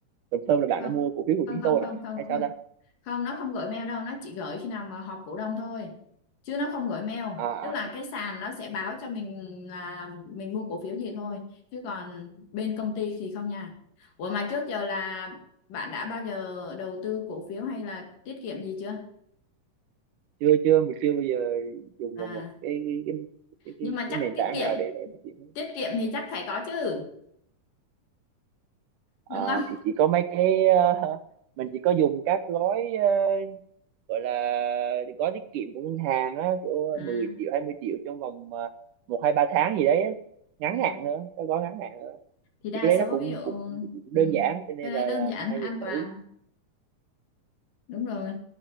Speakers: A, on the right (about 75°); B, on the left (about 80°).
A: confirm là bạn
B: không
A: đã mua cổ phiếu của
B: không
A: chúng
B: không
A: tôi à?
B: không không
A: Hay sao
B: không
A: ta?
B: không nó không gửi mail đâu nó chỉ gửi khi nào mà họp cổ đông thôi chứ nó không gửi mail
A: À, à,
B: tức là
A: à.
B: cái sàn nó sẽ báo cho mình là mình mua cổ phiếu gì thôi chứ còn bên công ty thì không nha ủa mà trước giờ là bạn đã bao giờ đầu tư cổ phiếu hay là tiết kiệm gì chưa
A: chưa chưa mình chưa bao giờ dùng
B: à
A: vào một cái cái cái cái, cái,
B: nhưng mà
A: cái
B: chắc
A: nền
B: tiết
A: tảng
B: kiệm
A: nào để để phát triển.
B: tiết kiệm thì chắc phải có chứ
A: À,
B: đúng không
A: thì chỉ có mấy cái ờ, mình chỉ có dùng các gói ờ, gọi là gói tiết kiệm của ngân hàng á kiểu
B: à,
A: 10 triệu 20 triệu trong vòng ờ, một hai ba tháng gì đấy á. ngắn
B: ừ.
A: hạn thôi, cái gói ngắn hạn
B: thì đa
A: thì cái đấy nó
B: số
A: cũng
B: ví dụ
A: cũng, cũng đơn
B: ừ.
A: giản cho nên
B: cái đấy
A: là
B: đơn
A: là
B: giản
A: mình hay
B: an
A: dùng thử
B: toàn đúng rồi